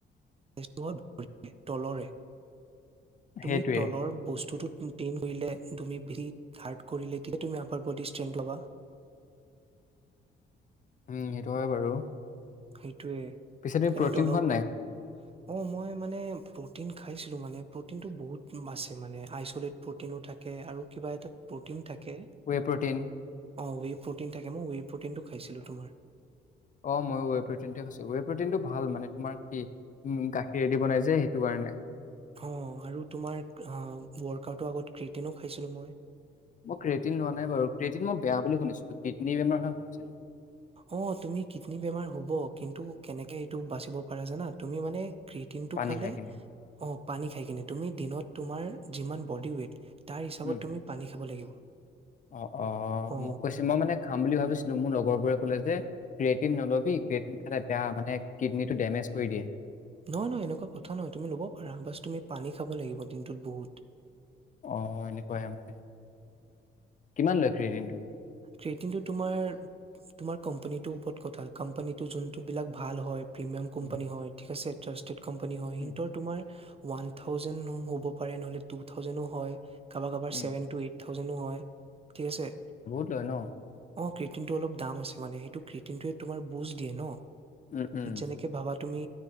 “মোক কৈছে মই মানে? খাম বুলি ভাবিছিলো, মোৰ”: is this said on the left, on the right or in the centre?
Left